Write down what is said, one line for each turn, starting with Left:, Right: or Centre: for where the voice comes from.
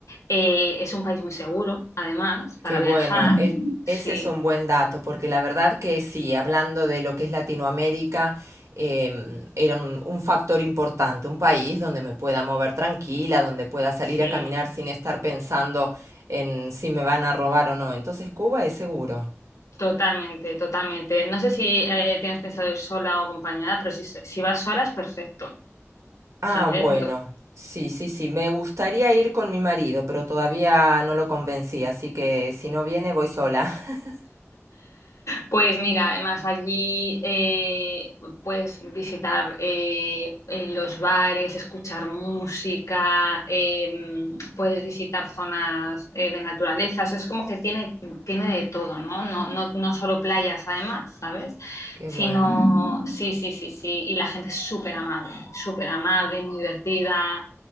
Left: eh, es un país muy seguro, además, para
Right: Qué bueno,
Left: viajar.
Right: e-
Left: Sí,
Right: ese es un buen dato, porque la verdad que sí, hablando de lo que es Latinoamérica, em, era un, un factor importante, un país donde me pueda mover tranquila, donde pueda salir
Left: sí,
Right: a caminar sin estar pensando en si me van a robar o no. Entonces Cuba es seguro.
Left: totalmente, totalmente. No sé si eh, tienes pensado ir sola o acompañada, pero si, si vas sola es perfecto,
Right: Ah,
Left: ¿sabes?
Right: bueno, sí, sí, sí, me gustaría ir con mi marido, pero todavía no lo convencí, así que si no viene voy sola. <laughs>
Left: Pues mira, además allí eh, puedes visitar eh, eh, los bares, escuchar música, em, puedes visitar zonas eh, de naturaleza, o sea, es como que tiene, tiene de todo, ¿no? No, no, no solo playas además, ¿sabes?
Right: Qué
Left: Sino,
Right: bueno,
Left: sí, sí, sí, sí, y la gente es súper amable, súper amable, muy divertida.